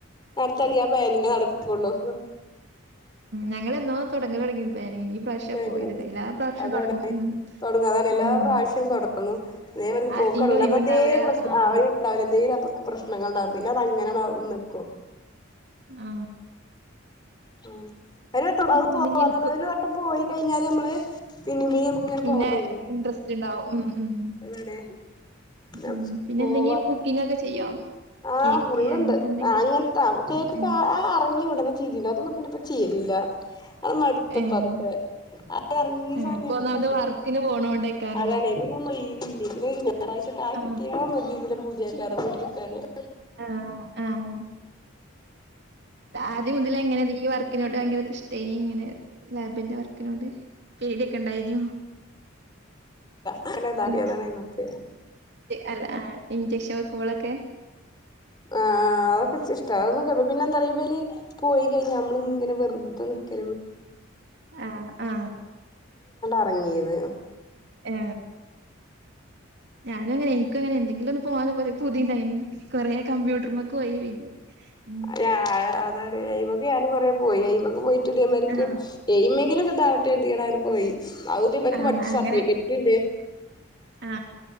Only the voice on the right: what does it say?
ഞങ്ങൾ എന്നോ തൊട്ങ്ങലൊട്ങ്ങീ ണ് പ്ലാനിങ് ഈ പ്രാവശ്യാ പോയത്
എല്ലാ പ്രാവശ്യം
തൊടങ്ങും ഉം
ഉം
ആർക്കെങ്കിലും
ഒഴിവുണ്ടാവൂല
ആഹ്
ആ
എന്തെങ്കി
കു
പിന്നെ
ഇൻട്രസ്റ്റ് ഇണ്ടാവും ഉം ഉം
ഉം പിന്നെ
എന്തെങ്കിലും കുക്കിംഗ് ഒക്കെ ചെയ്യോ
കേക്ക്
അങ്ങനത്തെ
എന്തെങ്കിലൊക്കെ
ഏഹ്
ഏഹ്
ഏഹ്
ഇപ്പൊ ഒന്നാമത്
വർക്കിന് പോണോണ്ടേക്കാരല്ലേ
ആ.
ആഹ ആഹ ആദ്യം മുതല എങ്ങനെ ഈ, വർക്കിനോട്, ഭയങ്കര ഇഷ്ടമായിന്, ഇങ്ങനെ, ലാബിന്റെ വർക്കിനോട്, പേടിയൊക്കെ ണ്ടായിനോ.
<unintelligible>
അല്ല, ആ, ഇഞ്ചക്ഷൻ, വെക്കുമ്പോളൊക്കെ.
ആ ആ.
ഏ, ഞാനും, അങ്ങനെ, എനിക്കും, അങ്ങനെ, എന്തെങ്കിലും, ഒന്ന്, പോകാന്, പുതിണ്ടയിനി. എ, കമ്പ്യൂട്ടർമ്മക്ക്, പോയി, ഉ
ആ
ആ
അങ്ങനെ
ആ